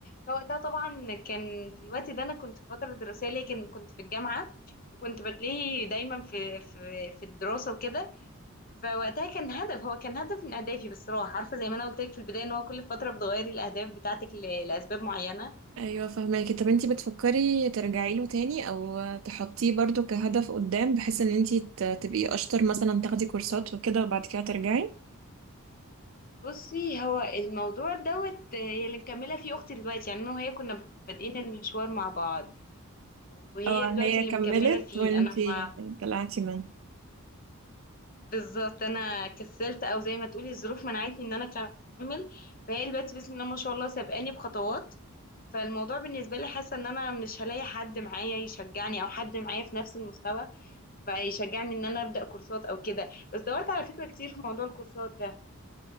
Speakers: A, on the left; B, on the right.
A: فوقتها طبعا كان في الوقت ده انا كنت في فترة دراسية لكن كنت في الجامعة وكنت بتلاقي دايما في في في الدراسة وكده فوقتها كان هدف هو كان هدف من اهدافي بس راح عارفة زي ما انا قلت لك في البداية ان هو كل فترة بتغيري الاهداف بتاعتك ل- لاسباب معينة
B: ايوه فهماكي طب انتي بتفكري ترجعي له تاني او تحطيه برضو كهدف قدام بحيث ان انتي ت- تبقي اشطر مثلا تاخدي كورسات وكده وبعد كده ترجعي
A: بصي هو الموضوع دوت آه، هي اللي مكملة فيه اختي دلوقتي يعني انا وهي كنا بادئين المشوار مع بعض وهي
B: اه
A: دلوقتي
B: هي
A: اللي
B: كملت
A: مكملة فيه
B: وانتي
A: انا ما
B: طلعتي منها
A: بالظبط انا كسلت او زي ما تقولي الظروف منعتني ان انا اكمل فهي دلوقتي بسم الله ما شاء الله سابقاني بخطوات فالموضوع بالنسبه لي حاسه ان انا مش هلاقي حد معايا يشجعني او حد معايا في نفس المستوى فيشجعني ان انا ابدا كورسات او كده بس دورت على فكره كتير في موضوع الكورسات ده